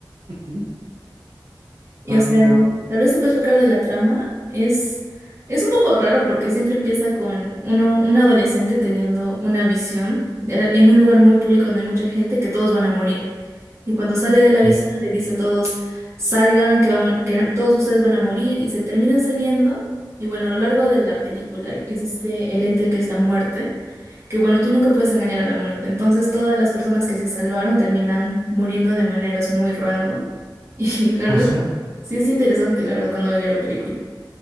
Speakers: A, on the right; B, on the right.
A: ¿Mm?
B: Y
A: Ah,
B: o sea,
A: mira.
B: tal vez te puedo explicar de la trama. Es, es un poco raro porque siempre empieza con uno, un adolescente teniendo una visión eh, en un lugar muy público donde hay mucha gente que todos van a morir. Y cuando sale de la visión
A: Ya.
B: le dice a todos, salgan, que, vamos, que todos ustedes van a morir, y se terminan saliendo. Y bueno, a lo largo de la película existe el ente que es la muerte, que bueno, tú nunca puedes engañar a la muerte. Entonces todas las personas que se salvaron terminan muriendo de maneras muy random. <laughs> Y la verdad,
A: No sé.
B: sí es interesante, la verdad, cuando veía la película.